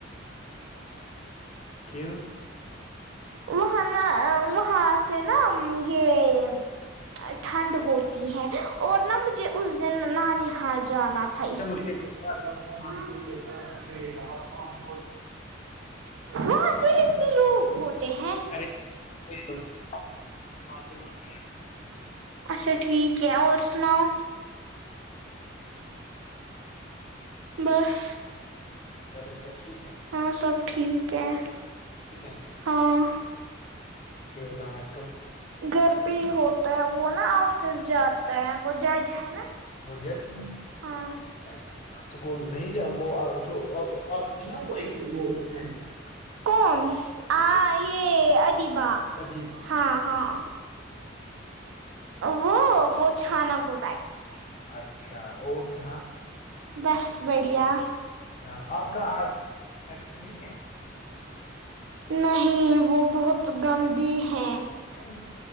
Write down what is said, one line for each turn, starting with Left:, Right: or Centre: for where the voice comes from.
Left: کیوں <unintelligible>
Right: وہاں نہا وہاں سے نا یہ
Left: کیا
Right: ٹھنڈ ہوتی ہے اور نم اس دن نان حال جانا تھا اس
Left: مجھے
Right: لیے
Left: ایک بات-
Right: <unintelligible> وہاںس کتنے لوگ ہوتے ہیں
Left: ارے کوئی لڑکی وہاں سے مانگے،
Right: اچھا ٹھیک ہے اور سناؤ بس
Left: گھر میں سب ٹھیک ہے
Right: ہاں سب ٹھیک ہے
Left: ٹھیک ہے
Right: ہاں
Left: یہ ہوتا ہے آج کل
Right: گھر پہ ہی ہوتا ہے وہ نا آفس جاتا ہے وہ جج ہے نا
Left: وہ جائے
Right: ہاں
Left: اچھا
Right: <inaudible>
Left: اسکول نہیں جا وہ جو آپ کسی نا وہ ایک-
Right: کون آ یہ ادیب
Left: عجیب
Right: ہاں ہاں وہ وہ چھانا گ رہتی ہے
Left: اچھا اور سنا
Right: بس بڑھیا
Left: اچھا آپ کا آج نہیں ہے <unintelligible>
Right: نہیں وہ بہت گندی ہے
Left: کیوں؟